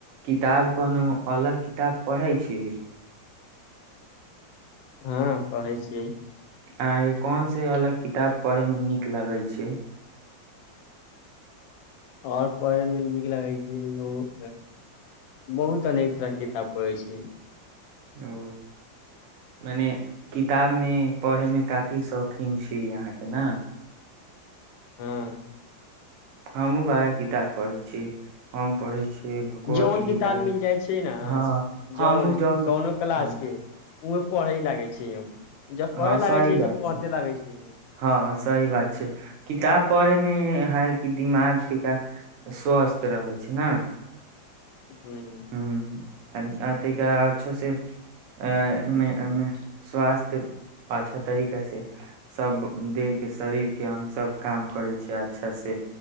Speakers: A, on the right; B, on the left.
A: किताब कोनो अलग किताब पढ़ै छी
B: हँ पढ़ै छियै
A: अहाँके कोन से अलग किताब पढ़े मे नीक लगे छै
B: आओर पढ़े मे नीक लगै छै बहुत अनेक तरह के किताब पढ़ै छी
A: ओ मने किताब मे पढ़े मे काफी शौकीन छी अहाँ के ने
B: हँ
A: हमहुँ बारा किताब पढ़ै छी हम पढ़ै छियै भगवत
B: जौन
A: गीता
B: किताब
A: के
B: मिल जाइ छै ने
A: हँ हमहुँ
B: जौन कोनो क्लास
A: हँ
B: के उहे पढ़ेहि लागे छियै हम जब
A: हँ
B: पढ़े लागै
A: सही
B: छियै
A: बात
B: तब
A: छै
B: पढ़ते लागै छी
A: हँ सही बात छै किताब पढ़े मे है कि दिमाग टिका स्वस्थ रहै छै ने
B: हूंम्म
A: हूंम्म आ तै के बाद अच्छो से अ मे स्वास्थ्य अच्छा तरीका से सभ देहके शरीरके अङ्ग सभ काम करै छै अच्छासँ